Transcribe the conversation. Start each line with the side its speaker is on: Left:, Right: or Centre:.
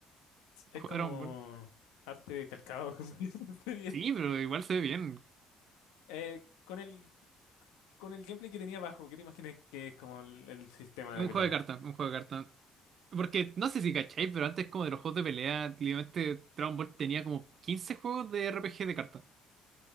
Left: es
Right: Cuadrón
Left: como arte calcado <laughs> como dice la serie.
Right: Sí, pero igual se ve bien.
Left: Eh, con el, con el gameplay que tenía abajo, ¿qué te imaginas que es como el, el sistema
Right: Es
Left: de
Right: un
Left: pelea?
Right: juego de cartas, un juego de cartas. Porque no sé si cacháis, pero antes como de los juegos de pelea, literalmente Dragon Ball tenía como 15 juegos de RPG de cartas.